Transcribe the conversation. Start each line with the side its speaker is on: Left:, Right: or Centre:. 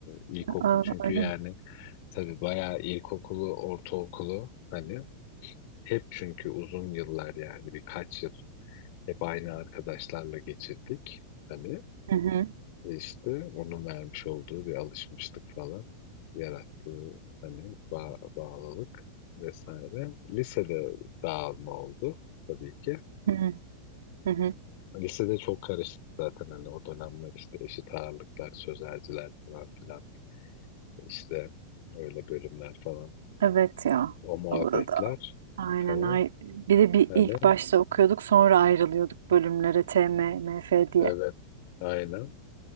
Left: ilkokul
Right: Aa,
Left: çünkü
Right: öyle
Left: yani
Right: mi?
Left: tabii bayağı ilkokulu, ortaokulu hani hep çünkü uzun yıllar yani birkaç yıl hep aynı arkadaşlarla geçirdik. Hani
Right: Hı hı,
Left: işte onun vermiş olduğu bir alışmışlık falan yarattığı hani bağ- bağlılık vesaire. Lisede dağılma oldu tabii ki.
Right: hı hı, hı hı.
Left: Lisede çok karışık zaten hani o dönemler işte eşit ağırlıklar, sözelciler falan filan işte öyle bölümler falan
Right: Evet ya.
Left: o muhabbetler
Right: Burada. Aynen.
Left: falan
Right: ay- Bir de bir
Left: hani
Right: ilk başta okuyorduk sonra ayrılıyorduk bölümlere TM, MF diye.
Left: evet aynen